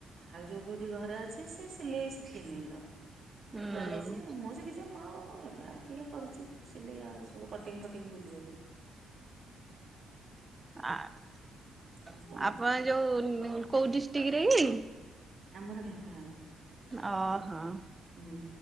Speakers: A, on the right; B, on the right.
A: ଆଉ ଯୋଉ ବୋହୂଟି ଘରେ ଅଛି ସେ ସିଲେଇ ଶିଖିନି ତ,
B: ହୁଁ
A: ଥୁଆ ହେଇଛି ଆଉ ମୁଁ ଶିଖିଛି ଯେ ମୁଁ ଆଉ-ଉ-ଉ ଏବେ ଆଉ କିଏ କରୁଛି, ସିଲେଇ ଆଉ ସବୁ କଟିଙ୍ଗ ଫଟିଙ୍ଗ ଭୁଲିଗଲିଣି।
B: ଆ-ଆପଣ
A: ଆଉ କଣ
B: ଯୋଉ-ଉ-ଉ କୋଉ ଡିଷ୍ <unintelligible>
A: ଆମର ଢେଙ୍କାନାଳ।
B: ଅ-ହଁ।
A: ହୁଁ,